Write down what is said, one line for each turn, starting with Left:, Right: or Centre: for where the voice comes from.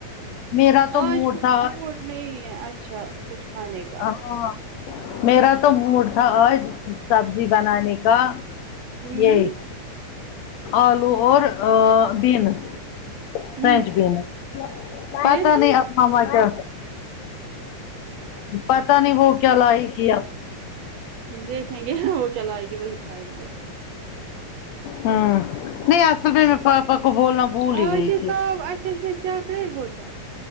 Left: میرا تو
Right: آج
Left: موڈ
Right: کچھ
Left: تھا آج-
Right: موڈ نہیں ہے اچھا کچھ کھانے کا
Left: ہاں میرا تو موڈ تھا آج سبزی بنانے کا
Right: ہوں
Left: یہی آلو اور بین فرنچ
Right: ہوں
Left: بین
Right: پھر
Left: پتا نہیں ہاں مگر پتا نہیں وہ کیا لائے کی آب
Right: دیکھیں گے وہ کیا لیگی وہی کھائیں گے ہم
Left: ہممم نہیں اصل میں پاپا کو بولنا بھول ہی
Right: اج
Left: گئی تھی
Right: کا اچھے سے چک نہیں ہوتا